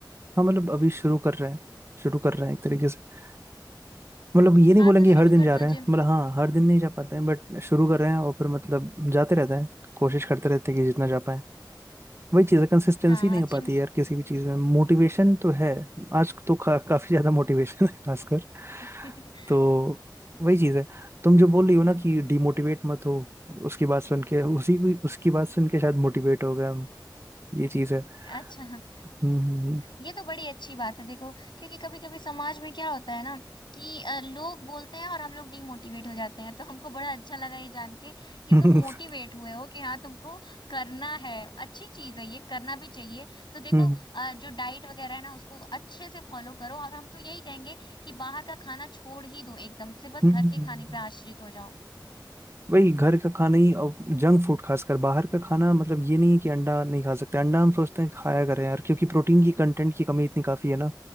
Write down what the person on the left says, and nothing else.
हाँ
तो शुरू
कर
दो
जिम
हाँ हाँ
जिम
<laughs>
अच्छा हाँ।
ये तो बड़ी अच्छी बात है देखो क्योंकि कभी कभी समाज में क्या होता है ना कि अ, लोग बोलते हैं और हम लोग डीमोटिवेट हो जाते हैं तो हमको बड़ा अच्छा लगा ये जान के कि
तुम
मोटिवेट
हुए हो कि हाँ तुमको करना है अच्छी चीज है ये करना भी चाहिए तो देखो
अ, जो डाइट वगैरह है ना उसको अच्छे से फॉलो करो और हम तो यही कहेंगे कि बाहर का खाना छोड़ ही दो एकदम से बस
घर के
खाने पे आश्रित हो जाओ